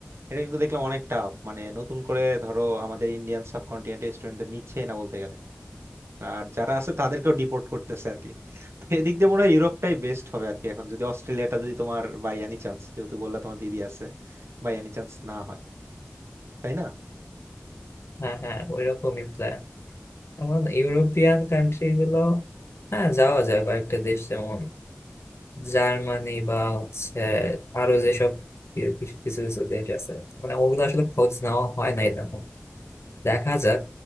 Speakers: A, on the right; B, on the left.
A: এটা কিন্তু দেখলাম অনেক টাফ মানে নতুন করে ধরো আমাদের ইন্ডিয়ান সাবকন্টিনেন্টের স্টুডেন্টদের নিচ্ছে না বলতে গেলে আর যারা আছে তাদেরকেও ডিপোর্ট করতেছে আর কি তো এদিক দিয়ে মনে হয় ইউরোপটাই বেস্ট হবে আর কি এখন যদি অস্ট্রেলিয়াটা যদি তোমার বাই এনি চান্স যেহেতু বললা তোমার দিদি আছে বাই এনি চান্স না হয় তাই না
B: হ্যাঁ হ্যাঁ ওই রকমই প্ল্যান এখন ইউরোপিয়ান কান্ট্রি গুলো হ্যাঁ যাওয়া যায় কয়েকটা দেশ যেমন জার্মানি বা হচ্ছে আরো যেসব কি- কিছু কিছু কিছু দেশ আছে মানে ওগুলো আসলে খোঁজ নেওয়া হয় না এটা দেখা যাক